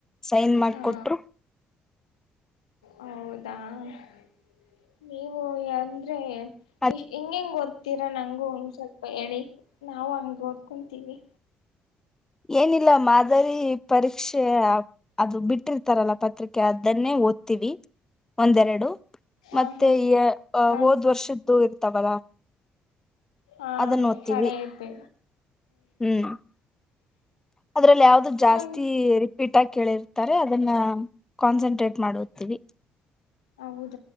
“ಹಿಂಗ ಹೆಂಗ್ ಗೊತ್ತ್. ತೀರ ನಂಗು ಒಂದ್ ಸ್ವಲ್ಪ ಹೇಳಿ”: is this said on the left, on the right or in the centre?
Left